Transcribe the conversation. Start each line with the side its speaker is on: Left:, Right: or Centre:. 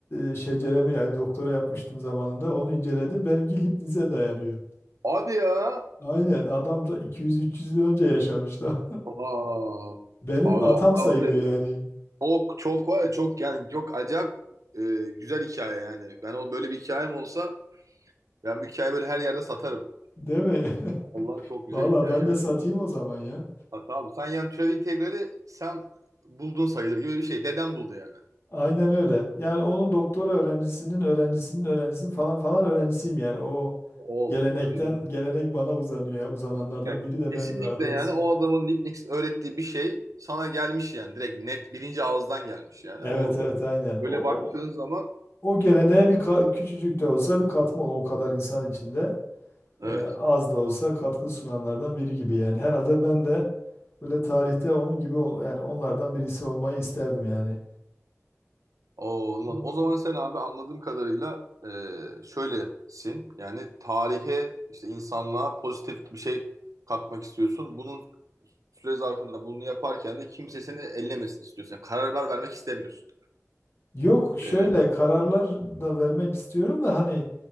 Left: e, şeceremi yani doktora yapmıştım zamanında onu inceledim. Benimki Leibniz'e dayanıyor.
Right: Hadi ya.
Left: Aynen adam da iki yüz üç yüz yıl önce yaşamış da.
Right: Aa.
Left: <laughs> Benim
Right: Abi
Left: atam
Right: vallahi
Left: sayılıyor
Right: var ya,
Left: yani.
Right: Çok çok var ya çok yani çok acayip e, güzel hikaye yani. Ben o böyle bir hikayem olsa ben bu hikayeyi böyle her yerde satarım.
Left: Değil mi? <laughs>
Right: Vallahi çok güzel
Left: Valla
Right: hikaye
Left: ben
Right: yani.
Left: de satayım o zaman ya.
Right: Sat abi. Sen yani türev integrali sen buldun sayılır gibi bir şey. Dedem buldu yani.
Left: Aynen öyle. Yani onun doktora öğrencisinin öğrencisinin öğrencisinin falan falan öğrencisiyim yani. O
Right: O
Left: gelenekten
Right: olsun canım. ne bileyim.
Left: gelenek bana uzanıyor ya. Uzananlardan
Right: Yani
Left: biri de
Right: Kesinlikle
Left: benim daha doğrusu.
Right: yani o adamın Leibniz'in öğrettiği bir şey sana gelmiş yani. Direkt net birinci ağızdan gelmiş yani.
Left: Evet
Right: O
Left: evet aynen.
Right: öyle
Left: O,
Right: baktığın
Left: o,
Right: zaman
Left: o geleneğe bir ka- küçücük de olsa bir katkım ol. O kadar insan içinde
Right: evet.
Left: e, az da olsa katkı sunanlardan biri gibi yani. Herhalde ben de böyle tarihte onun gibi ol- yani onlardan birisi olmayı isterdim yani.
Right: Oo, anladım. O zaman sen abi anladığım kadarıyla e, şöylesin. Yani tarihe işte insanlığa pozitif bir şey katmak istiyorsun. Bunun süre zarfında bunu yaparken de kimse seni ellemesin istiyorsun. Yani kararlar vermek istemiyorsun.
Left: Yok şöyle
Right: E,
Left: kararlar da vermek istiyorum da hani